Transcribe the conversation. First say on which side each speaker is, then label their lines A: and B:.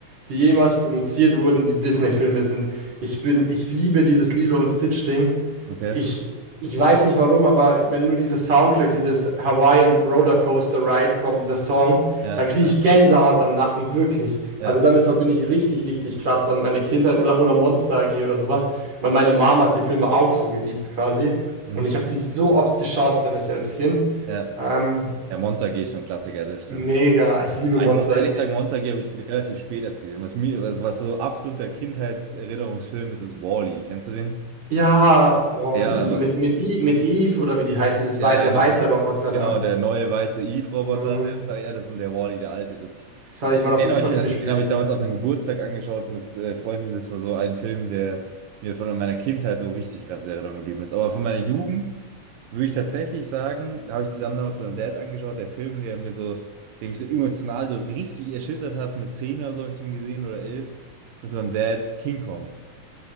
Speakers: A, on the right; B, on the right.
A: die jemals produziert wurden, die Disney-Filme sind. Ich bin, ich liebe dieses Lilo und Stitch-Ding.
B: okay.
A: Ich, ich weiß nicht warum, aber wenn nur dieser Soundtrack, dieses Hawaiian Rollercoaster Ride kommt, dieser Song,
B: Ja,
A: dann kriege
B: ja,
A: ich Gänsehaut am Nacken, wirklich.
B: ja,
A: Also damit verbinde ich richtig, richtig krass, weil meine Kindheit oder, oder Monster AG oder sowas, weil meine Mama hat die Filme auch so geliebt quasi.
B: mhm,
A: Und ich habe die so oft geschaut, glaube ich, als Kind.
B: ja.
A: Ähm,
B: Ja, Monster G ist schon ein Klassiker, das stimmt.
A: mega, ich liebe
B: Ah,
A: Monster
B: Ich muss ehrlich
A: AG.
B: sagen, Monster AG habe ich relativ spät erst gesehen. Was mir, was, was so absoluter Kindheitserinnerungsfilm ist, ist Wall-E. Kennst du den?
A: Ja, Wall-E,
B: Ja, wa-
A: mit, mit, I- mit Eve oder wie die heißt, dieses,
B: ja,
A: wei- der
B: ja, mit,
A: weiße Roboter
B: genau,
A: da.
B: der neue weiße Eve-Roboter.
A: Mhm.
B: Der, ja, das ist der Wall-E, der alte. Das,
A: Das habe ich mal
B: Den
A: auf Xbox
B: habe ich, mir-
A: gespielt.
B: den habe ich damals auf einem Geburtstag angeschaut mit äh, Freunden. Das war so ein Film, der mir von meiner Kindheit so richtig krass in Erinnerung geblieben ist. Aber von meiner Jugend würde ich tatsächlich sagen, da habe ich zusammen damals mit meinem Dad angeschaut, der Film, der mir so, der mich so emotional so richtig erschüttert hat, mit 10 oder so habe ich den gesehen oder elf mit meinem Dad, King Kong.